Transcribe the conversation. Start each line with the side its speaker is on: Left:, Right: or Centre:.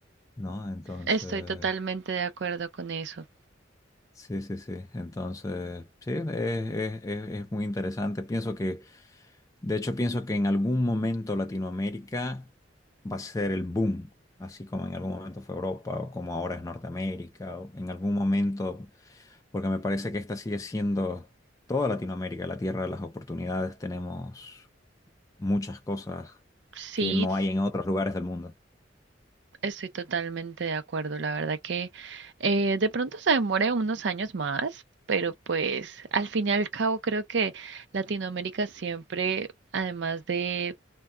Left: ¿no? Entonces...
Right: Estoy totalmente de acuerdo con eso.
Left: Sí, sí, sí. Entonces, sí, es, es- es- es muy interesante. Pienso que, de hecho, pienso que en algún momento Latinoamérica va a ser el boom, así como en algún momento fue Europa o como ahora es Norteamérica, o en algún momento, porque me parece que esta sigue siendo toda Latinoamérica, la tierra de las oportunidades. Tenemos muchas cosas
Right: Sí,
Left: que no hay en otros lugares del mundo.
Right: Estoy totalmente de acuerdo, la verdad que eh, de pronto se demore unos años más, pero pues al fin y al cabo creo que Latinoamérica siempre, además de,